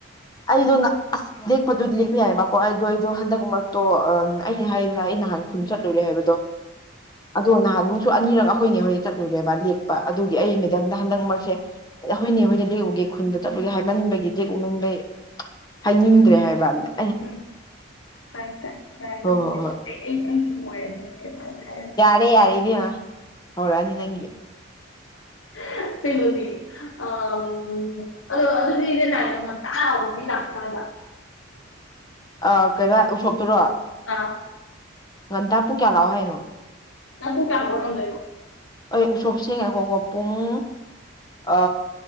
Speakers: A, on the left; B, on the left.
A: ꯑꯩꯗꯣ ꯅ ꯑꯁ ꯂꯦꯛꯄꯗꯨꯗꯤ ꯂꯦꯛꯄ ꯌꯥꯏꯌꯦꯕꯀꯣ ꯑꯩꯏꯗꯣ ꯑꯩꯗꯣ ꯍꯟꯗꯛ ꯃꯔꯛꯇꯣ ꯑꯝ ꯑꯩꯅ ꯍꯥꯏꯗꯅ ꯑꯩ ꯅꯍꯥꯟ ꯈꯨꯟ ꯆꯠꯂꯨꯔꯦ ꯍꯥꯏꯕꯗꯣ ꯑꯗꯣ ꯅꯍꯥꯟ ꯃꯨꯛ ꯁꯨ ꯑꯅꯤꯔꯛ ꯑꯈꯣꯏꯅꯦ ꯍꯣꯏ ꯆꯠꯂꯨꯔꯦꯕ ꯂꯦꯛꯄ ꯑꯗꯨꯒꯤ ꯑꯩ ꯃꯦꯗꯝꯗ ꯍꯟꯗꯛꯃꯔꯛꯁꯦ ꯑꯗ ꯑꯩꯈꯣꯏꯅꯦ ꯍꯣꯏꯗ ꯂꯦꯛꯎꯒꯦ ꯈꯨꯟꯗ ꯆꯠꯂꯨꯒꯦ ꯍꯥꯏꯃꯟꯕꯒꯤ ꯗꯦꯛꯎꯅꯪꯂꯩ ꯍꯥꯏꯅꯤꯡꯗ꯭ꯔꯦ ꯍꯥꯏꯕꯗ
B: ꯎꯝ ꯇꯥꯏ ꯇꯥꯏ ꯌꯥꯔꯦ
A: ꯍꯣꯏ
B: ꯅꯪꯕꯨꯗꯤ
A: ꯍꯣꯏ ꯍꯣꯏ
B: ꯑꯩ ꯑꯩ ꯑꯣꯏꯔꯗꯤ ꯅꯪꯗꯤ ꯑꯗꯨꯃꯥꯏ ꯗꯨꯝ ꯍꯥꯏꯔꯗꯤ
A: ꯍꯣꯏ ꯌꯥꯔꯦ ꯏꯕꯦꯝꯃ ꯍꯧꯔꯛꯑꯅꯤ ꯅꯪꯒꯤ
B: <unintelligible> ꯑꯥꯎ ꯑꯗꯣ ꯑꯗꯨꯗꯤꯅꯦ ꯉꯥꯟꯇ ꯑꯥꯎꯋꯨ ꯃꯤ ꯀꯥꯛꯇ꯭ꯔꯤꯀꯥꯟꯗ
A: ꯑ ꯀꯩꯕꯥ ꯎꯁꯣꯞꯇꯨꯔꯣ
B: ꯑꯥꯎ
A: ꯉꯟꯇꯥ ꯄꯨꯡ ꯀꯌꯥ ꯂꯥꯛꯑꯣ ꯍꯥꯏꯅꯣ
B: ꯅꯪ ꯄꯨꯡ ꯀꯌꯥ ꯍꯧꯒꯠꯉꯝꯗꯣꯏꯅꯣ
A: ꯑꯩ ꯎꯁꯣꯞ ꯁꯦ ꯉꯥꯈꯣꯀꯣ ꯄꯨꯡ ꯑ